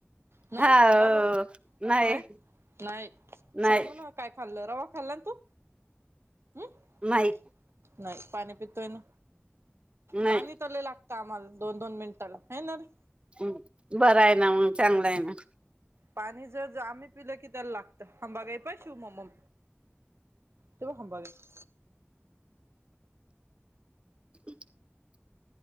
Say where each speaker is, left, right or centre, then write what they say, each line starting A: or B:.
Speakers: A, on the right (about 75°); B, on the right (about 25°).
A: नाहीय
B: हाव
A: काबार?
B: नाही
A: नाहीय. नाही
B: नाही
A: सांगू ना काय खाल्ल रवा खाल्ला ना तू. हम्
B: नाही
A: नाही पाणी पितोय ना
B: नाही
A: पाणी तर लय लाग- - कामाला दोन दोन मिनिटाला आहे ना रे.
B: ् बर हाय ना मग चांगला हाय ना.
A: पाणी जर आम्ही पिलं की त्याला लागत हंबागाई प शिव मग मम. तो हांबा वे --
B: <unintelligible>